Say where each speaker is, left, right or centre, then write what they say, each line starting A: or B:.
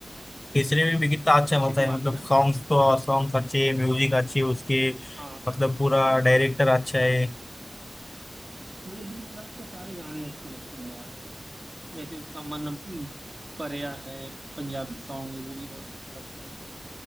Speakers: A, on the left; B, on the right.
A: केसरी में भी कितना अच्छा
B: अक्षय
A: होता है
B: कुमार
A: मतलब
B: की ना
A: सॉन्ग्स तो और सॉन्ग्स अच्छे म्यूजिक अच्छे उसके
B: हाँ सबसे
A: मतलब पूरा
B: और बी
A: डायरेक्टर
B: प्राक मुझे
A: अच्छा
B: वैसे
A: है
B: भी बहुत प्यारा सिंगर लगता है मुझे बी प्राक के सारे गाने अच्छे लगते हैं यार जैसे उसका मन परेया है पंजाबी सॉन्ग है वो भी बहुत अच्छा लगता है